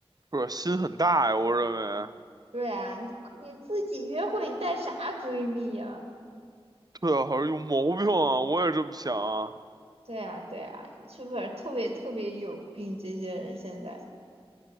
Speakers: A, on the right; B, on the right.
A: 不是心很大呀，我认为，
B: 对啊，你自己约会你带啥闺蜜呀、
A: 对啊，好像有毛病啊，我也这么想啊。
B: 对啊，对啊，是不是特别特别有病？这些人现在